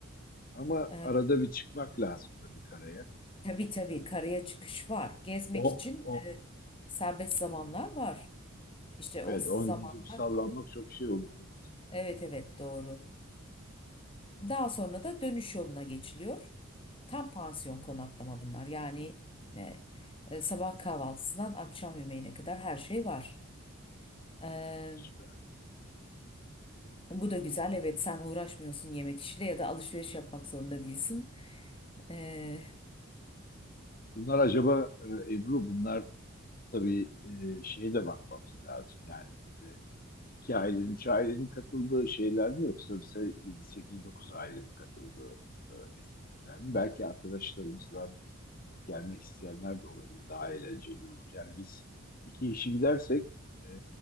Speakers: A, on the left (about 40°); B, on the left (about 25°).
A: Ama
B: E,
A: arada bir çıkmak lazım tabii karaya.
B: tabii tabii karaya çıkış var. Gezmek
A: O,
B: için
A: o,
B: e, serbest zamanlar var. İşte o
A: evet,
B: zamanlar,
A: 10 gün çünkü sallanmak çok şey olur. Evet,
B: evet evet doğru. Daha sonra da dönüş yoluna geçiliyor. Tam pansiyon konaklama bunlar. Yani e, e, sabah kahvaltısından akşam yemeğine kadar her şey var. E,
A: süper.
B: bu da güzel. Evet, sen uğraşmıyorsun yemek işiyle ya da alışveriş yapmak zorunda değilsin. E,
A: Bunlar acaba e, Ebru bunlar tabii e, şeye de bakmamız lazım. Yani böyle iki ailenin, üç ailenin katıldığı şeyler mi yoksa mesela 7, 8, 9 ailenin katıldığı e, etkinlikler mi? Belki arkadaşlarımızla gelmek isteyenler de olabilir. Daha eğlenceli olur. Yani biz iki kişi gidersek e,